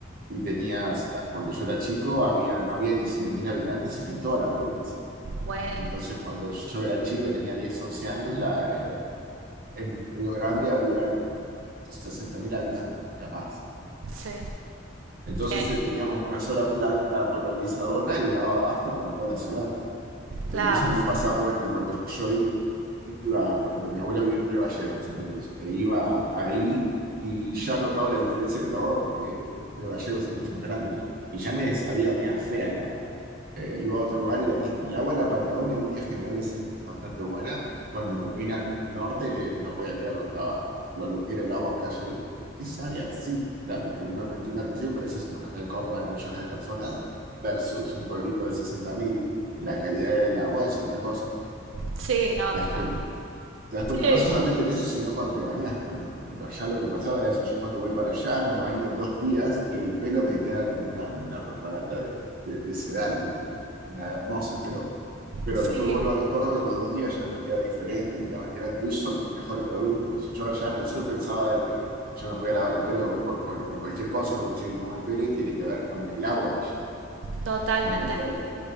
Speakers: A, on the right; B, on the right.
A: Y tenías, cuando yo era chico, había, no había ni 100.000 habitantes en toda la provincia.
B: Bueno,
A: Entonces, cuando yo era chico, tenía 10 11 años, la, eh, en Río Grande habían 60.000 habitantes, capaz.
B: sí,
A: Entonces
B: sí,
A: eh, teníamos una sola planta potabilizadora y daba abasto para toda la ciudad. Entonces
B: claro,
A: me pasaba
B: sí.
A: que cuando yo iba, por ejemplo, mi abuela vivía en Río Gallegos, en Santa Cruz, e iba ahí y ya notaba la diferencia en el agua porque Río Gallegos es mucho más grande ya. Y ya me sabía media fea el agua. eh, iba a otro lugar y lo mismo. El agua en la Patagonia en líneas generales es bastante buena. Cuando me vine al norte no podía creer lo que, estaba, lo, lo que era el agua acá. Yo, ¿qué sabe así? Claro, que uno no entiende al principio, pero es eso. Bueno, acá en Córdoba hay millones de personas versus un pueblito de sesenta mil La calidad del agua es otra cosa.
B: Sí, no,
A: ¿Te
B: total.
A: das cuenta? Te das cuenta
B: Sí,
A: no solamente en eso, sino cuando te bañas también. Por ejemplo, allá lo que me pasaba era eso. Yo cuando voy para allá me baño dos días y el pelo me queda como una, una propaganda de, de, de Sedal, ¿viste? Una hermosa el pelo pero
B: sí,
A: después vuelvo a Córdoba y los dos días ya me queda diferente, me queda más tirante y uso mejores productos. Yo allá en el sur pensaba de que yo me podía lavar el pelo por cual- con cualquier cosa porque si tengo buen pelo y tiene que ver con el agua, allá,
B: totalmente.
A: con el producto.